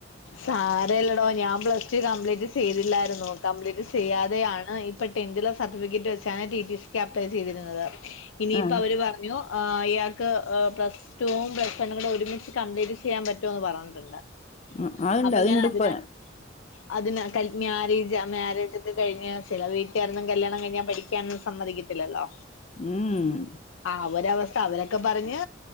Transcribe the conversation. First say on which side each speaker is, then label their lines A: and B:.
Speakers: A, on the left (about 80°); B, on the left (about 35°).
A: സാരല്ലടോ ഞാൻ പ്ലസ് ടു കംപ്ലീറ്റ് ചെയ്തില്ലായിരുന്നു കംപ്ലീറ്റ് ചെയ്യാതെയാണ് ഇപ്പ ടെൻത്തിലെ സർട്ടിഫിക്കറ്റ് വെച്ചാണ് ടി ടി സിക്ക് അപ്ലൈ ചെയ്തിരുന്നത് ഇനിയിപ്പൊ
B: ആ
A: അവര് പറഞ്ഞ് ഞ്ഞു ഇയാൾക്ക് പ്ലസ് ടുവും പ്ലസ് വണ്ണും കൂടി ഒരുമിച്ച് കംപ്ലീറ്റ് ചെയ്യാൻ പറ്റും റ്റൊന്ന് പറഞ്ഞിട്ടുണ്ട്
B: ഉം, അതുണ്ട്
A: അപ്പൊ
B: അതുണ്ട്
A: ഞാൻ അതിനെ
B: ഇപ്പൊ
A: അതിന് കഴിഞ്ഞാല് മാരേജ് ഒക്കെ കഴിഞ്ഞാ ചില വീട്ടുകാരൊന്നും കല്യാണം കഴിഞ്ഞാ പഠിക്കാനൊന്നും സമ്മതിക്കില്ല ഇല്ലാല്ലോ
B: ഉം മ് മ്
A: ആ അവരവസ്ഥ അവരൊക്കെ പറഞ്ഞ്